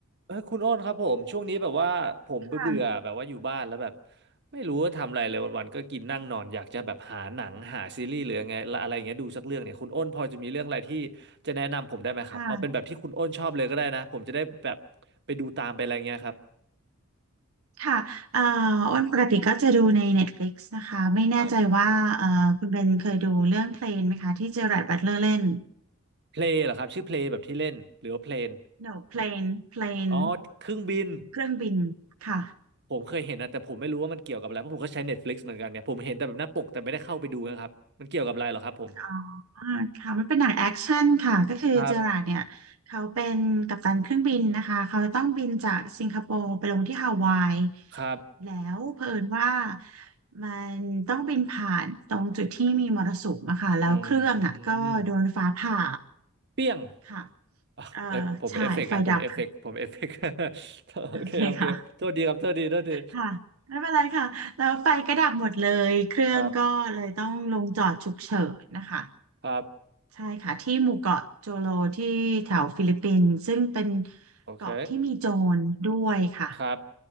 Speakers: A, on the right; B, on the right.
A: เออคุณโอ้นครับผมช่วงนี้แบบว่าผมเบื่อเบื่อแบบว่าอยู่บ้านแล้วแบบ
B: ค่ะ
A: ไม่รู้ว่าทำอะไรเลยวันๆก็กินนั่งนอนอยากจะแบบหาหนังหาซีรีส์หรือไงละอะไรอย่างเงี้ยดูสักเรื่องเนี่ยคุณโอ้นพอจะมีเรื่องอะไรที่จะแนะนำผมได้ไหมครับเอาเป็นแบบที่คุณโอ้นชอบเลยก็ได้นะผมจะได้แบบ
B: ค่ะ
A: ไปดูตามไปอะไรเงี้ยครับ
B: ค่ะเอ่ออ้นปกติก็จะดูใน Netflix นตฟลิกซ์นะคะ ไม่แน่ใจว่าเอ่อคุณเบนเคยดูเรื่องเพลนไหมคะที่เจอราร์ดบัตเลอร์เล่น
A: ครับเพลงเหรอครับชื่อเพลงแบบที่เล่นหรือว่าเพลน
B: No Plane Plane
A: อ๋อเครื่องบิน
B: เครื่องบิน ค่ะ
A: ผมเคยเห็นนะแต่ผมไม่รู้ว่ามันเกี่ยวกับอะไรเพราะผมก็ใช้ Netflix เหมือนกันเนี่ยผมเห็นแต่แบบหน้าปกแต่ไม่ได้เข้าไปดูนะครับมันเกี่ยวกับอะไรเหรอครับผม
B: อ่าค่ะมันเป็นหนังแอคชั่นค่ะก็คือเจอราร์ดเนี่ยเขาเป็นกัปตันเครื่องบินนะคะเขาต้องบินจากสิงคโปร์ไปลงที่ฮาวาย
A: ครับครับ
B: แล้วเผอิญว่ามันต้องบินผ่านตรงจุดที่มีมรสุมอะค่ะแล้วเครื่องอะก็โดนฟ้าผ่า
A: อืม เปี้ยง
B: ค่ะ
A: <laughs> อ่ะเอฟผมเอฟเฟกต์นะผมเอฟเฟกต์ผมเอฟเฟกต์
B: เอ่อใช่ไฟดับ
A: <laughs> โอเคโอเคโทษดีครับโทษดีโทษดี
B: โอเคค่ะค่ะไม่เป็นไรค่ะแล้วไฟก็ดับหมดเลยเครื่องก็เลยต้องลงจอดฉุกเฉินนะคะ
A: <laughs> ครับครับ
B: ใช่ค่ะที่หมู่เกาะโจโลที่แถวฟิลิปปินส์ซึ่งเป็น
A: โอเค
B: เกาะที่มีโจรด้วยค่ะ
A: ครับ